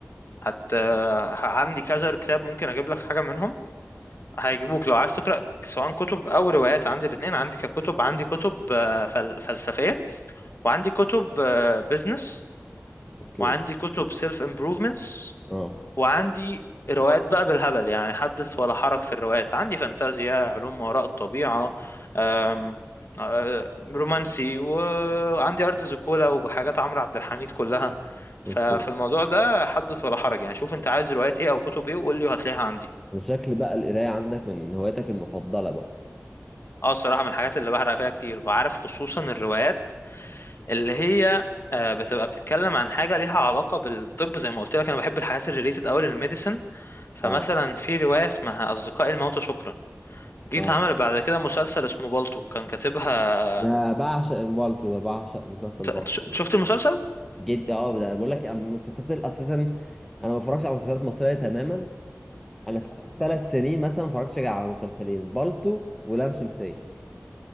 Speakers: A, on the left; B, in the centre.
A: حتى آه، عندي كذا كتاب ممكن اجيب لك حاجة منهم هيجيبوك لو عايز تقرأ سواء كتب او روايات عندي الاثنين عندي ككتب عندي كتب آه، فل- فلسفية وعندي كتب بزنس
B: اوكي
A: وعندي كتب سيلف امبروفمنتس
B: اه
A: وعندي روايات بقى بالهبل يعني حدث ولا حرج في الروايات عندي فانتازيا علوم ما وراء الطبيعة أم، آه، رومانسي وعندي أرض زيكولا وحاجات عمرو عبد الحميد كلها ففي
B: اوكي
A: الموضوع ده حدث ولا حرج يعني شوف انت عايز روايات ايه او كتب ايه وقول لي وهتلاقيها عندي
B: انا شكل بقى القرايه عندك من هواياتك المفضله بقى
A: اه الصراحة من الحاجات اللي بحرق فيها كتير وعارف خصوصا الروايات اللي هي آه، بتبقى بتتكلم عن حاجة ليها علاقة بالطب زي ما قلت لك انا بحب الحاجات الريليتد قوي للميديسن فمثلا
B: اه
A: في رواية اسمها أصدقاء الموتى شكرا دي
B: اه
A: اتعمل بعد كده مسلسل اسمه بالطو كان كاتبها
B: ده بعشق امبالتو ده بعشق مسلسل
A: انت
B: بالتو
A: أنت شفت المسلسل؟
B: جدا اه ده بقول لك المسلسلات اساسا انا ما بفرجش على مسلسلات مصريه تماما انا في اخر ثلاث سنين مثلا ما اتفرجتش غير على مسلسلين بالطو ولام شمسية